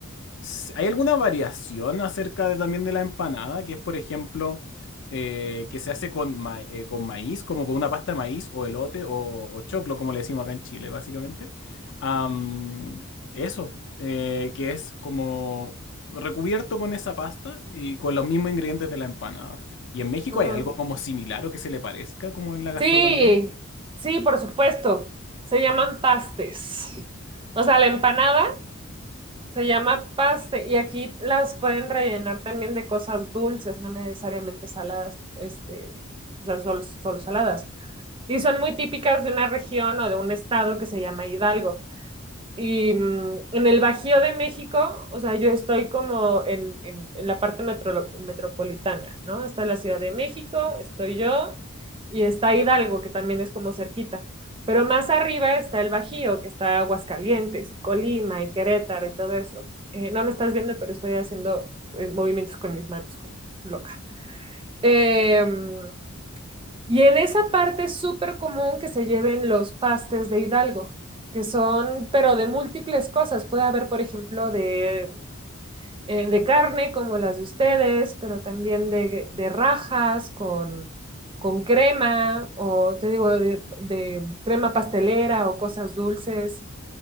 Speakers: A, on the left; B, on the right.
A: s- ¿Hay alguna variación acerca de, también de la empanada? Que es, por ejemplo, eh, que se hace con, ma- eh, con maíz, como con una pasta de maíz o elote o, o choclo, como le decimos acá en Chile, básicamente. Am, eso, eh, que es como recubierto con esa pasta y con los mismos ingredientes de la empanada. ¿Y en México
B: Ujú.
A: hay algo como similar o que se le parezca como en la gastronomía?
B: Sí, sí, por supuesto. Se llaman pastes. O sea, la empanada se llama paste y aquí las pueden rellenar también de cosas dulces, no necesariamente saladas, este, o sea, solo, solo saladas. Y son muy típicas de una región o de un estado que se llama Hidalgo. Y mm, en el Bajío de México, o sea, yo estoy como en, en- en la parte metro- metropolitana, ¿no? Está la Ciudad de México, estoy yo, y está Hidalgo, que también es como cerquita. Pero más arriba está el Bajío, que está Aguascalientes, y Colima, y Querétaro, y todo eso. Eh, no me estás viendo, pero estoy haciendo eh, movimientos con mis manos como loca. Em, y en esa parte es súper común que se lleven los pastes de Hidalgo, que son, pero de múltiples cosas. Puede haber, por ejemplo, de, eh, de carne, como las de ustedes, pero también de, de rajas con, con crema, o te digo, de, de crema pastelera o cosas dulces.